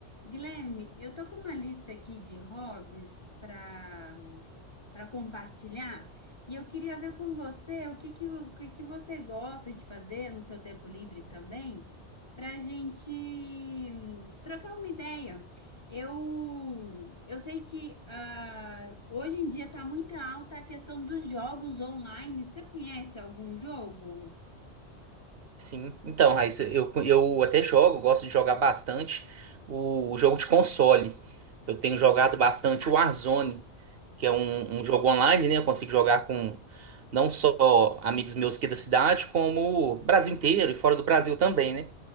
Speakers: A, on the left; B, on the right.
A: Guilherme, eu tô com uma lista aqui de hobbies para para compartilhar e eu queria ver com você o que que, o que que você gosta de fazer no seu tempo livre também, para a gente hum, trocar uma ideia. Eu, eu sei que ah, hoje em dia está muito alta a questão dos jogos online. Você conhece algum jogo?
B: Sim, então, Raíssa, eu, eu até jogo, gosto de jogar bastante o, o jogo de console. Eu tenho jogado bastante o Warzone, que é um, um jogo online, né? Eu consigo jogar com não só amigos meus aqui da cidade, como o Brasil inteiro e fora do Brasil também, né?